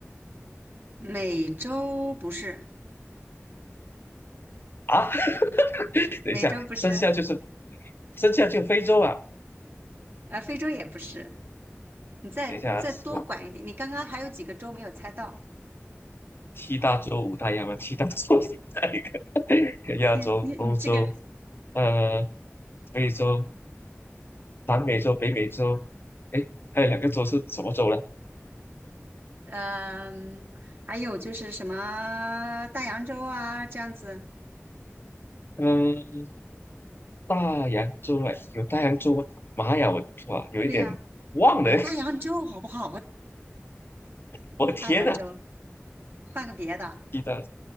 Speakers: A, on the right; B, on the left.
A: 美洲不是，
B: 啊，<laughs> 等一下，
A: 美洲不是，
B: 剩下就是剩下就非洲啊，
A: 呃，非洲也不是。你再你再多管一点，
B: 等一下我
A: 你刚刚还有几个州没有猜到？
B: 七大洲五大洋啊，七大洲五大洋 <laughs> 亚洲、
A: 你你你这个，
B: 欧洲、呃非洲、南美洲、北美洲，哎，还有两个洲是什么洲呢？
A: 嗯、还有就是什么大洋洲啊，这样子。
B: 嗯、大洋洲哎，有大洋洲吗？妈呀，我哇有一点忘了，
A: 对呀、有大洋洲好不好？
B: <laughs> 我天呐，
A: 大洋洲，换个别的，
B: 七大